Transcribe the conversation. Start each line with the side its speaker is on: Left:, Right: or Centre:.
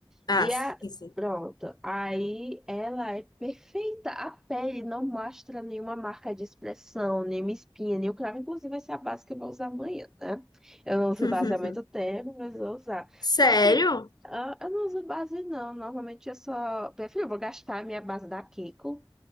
Left: Ah,
Centre: E
Left: sim,
Centre: a...
Left: sim.
Centre: Pronto. Aí ela é perfeita. A pele não mostra nenhuma marca de expressão, nenhuma espinha, nenhum cravo. Inclusive, vai ser a base que eu vou usar amanhã, né? Eu não uso
Left: <laughs>
Centre: base há muito tempo, mas vou usar.
Left: Sério?
Centre: Só que ah, eu não uso base, não. Normalmente eu só... Prefiro, eu vou gastar a minha base da Kiko.